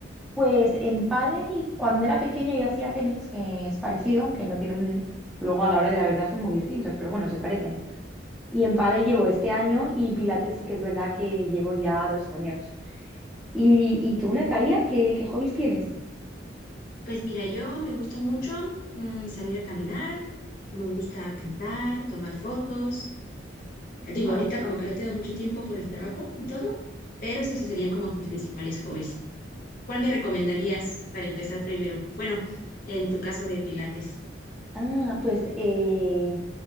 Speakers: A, in the centre; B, on the left (about 50°).
A: Pues en pádel, cuando era pequeña yo hacía tenis, que es parecido, aunque no tienen, luego a la hora de la verdad son muy distintos, pero bueno, se parecen. Y en pádel llevo este año y pilates sí que es verdad que llevo ya dos años. ¿Y, y tú, Natalia, qué, qué hobbies tienes?
B: Pues mira, yo me gusta mucho mm, salir a caminar, me gusta pintar, tomar fotos. Eh, Digo,
A: wow.
B: ahorita como que no tengo mucho tiempo por el trabajo y todo, pero esos serían como mis principales hobbies. ¿Cuál me recomendarías para empezar primero? Bueno, en tu caso de pilates.
A: Ah, pues eh,